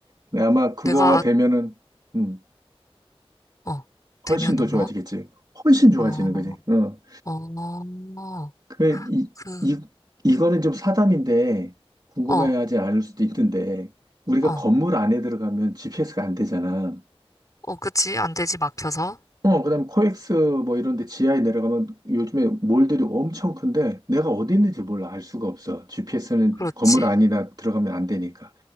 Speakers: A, on the right; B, on the left.
A: 근데 아마 그거가
B: 내가,
A: 되면은, 음,
B: 어, 되면은
A: 훨씬 더 좋아지겠지.
B: 뭐?
A: 훨씬 좋아지는
B: 어,
A: 거지. 어.
B: 어,
A: 그, 이,
B: 그,
A: 이, 이거는 좀 사담인데, 궁금해하지
B: 어,
A: 않을 수도 있는데, 우리가
B: 어,
A: 건물 안에 들어가면 GPS가 안 되잖아.
B: 어, 그치. 안 되지, 막혀서.
A: 어, 그다음 코엑스 뭐 이런 데 지하에 내려가면 요즘에 몰들이 엄청 큰데 내가 어디 있는지 몰라 알 수가 없어. GPS는
B: 그렇지.
A: 건물 안이나 들어가면 안 되니까.